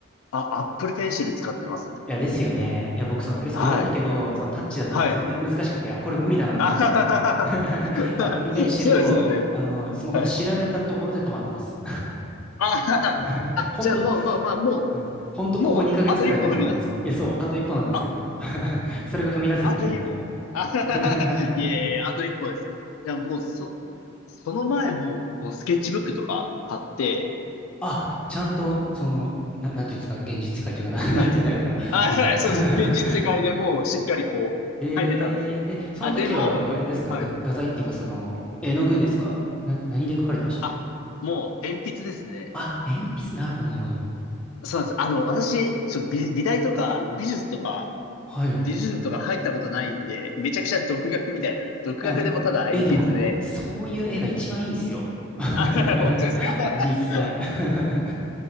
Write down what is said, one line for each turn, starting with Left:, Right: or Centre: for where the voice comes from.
Left: あ、Apple Pencil 使ってます。
Centre: いや、ですよね。いや、僕そのフレスコ入れたけど、
Left: はい。
Centre: そのタッチだと全然難しくて、
Left: はい。<laughs>
Centre: あ、これ無理だなと思って。
Left: あはは
Centre: <laughs>
Left: ははそうですよね。
Centre: Apple Pencil を、あの、スマホで調べたところで止まってます。
Left: はい。あはははあ、
Centre: <laughs> ほんと、
Left: じゃあもう、まあまあ、も
Centre: うんほんとここ2ヶ月ぐらいのことなんですけど。
Left: う、もう、あと一歩踏み出せば。
Centre: いや、そう、あと一歩なんですけど、
Left: あ、
Centre: <laughs> それが踏み出せてないっていう。
Left: あと一、<laughs> あはははいえいえ、
Centre: <laughs>
Left: あと一歩です。いや、もう、そ、その前も、こうスケッチブックとか買って、
Centre: あ、ちゃんと、その、な、なんていうんですか、現実世界というかな、
Left: はい。
Centre: <laughs> なんて言ったらいいのかな。
Left: あ、
Centre: あの
Left: はいそうです。
Centre: <laughs>
Left: 現実世界でもしっかりこう、
Centre: えー、
Left: 書いてたんですよ。
Centre: え、その時は、
Left: あ、でも、
Centre: あれですか、
Left: はい。
Centre: が画材っていうか、その、絵の具ですかな、何で描かれてました
Left: あ、もう鉛筆ですね。
Centre: あ、鉛筆、なるほど、なるほど。
Left: そうなんです。あの、私、そう、美、美大とか、あの、美術とか、
Centre: はい。
Left: 美術部とか入ったことないんで、めちゃくちゃ独学みたいな。独学でもただ鉛筆で。
Centre: あ、え、でも、そういう絵が一番いいですよ。<laughs>
Left: あ、<laughs> 本当ですか
Centre: 実際。
Left: <laughs>
Centre: <laughs>